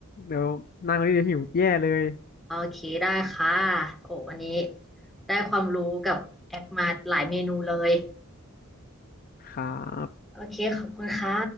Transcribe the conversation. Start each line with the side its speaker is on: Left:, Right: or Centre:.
Left: เดี๋ยวนางคนนี้เดี๋ยวหิวแย่เลย
Centre: โอเคได้ค่ะโอ้วันนี้ได้ความรู้กับแอปมาหลายเมนูเลย
Left: ครับ
Centre: โอเคขอบคุณค่ะ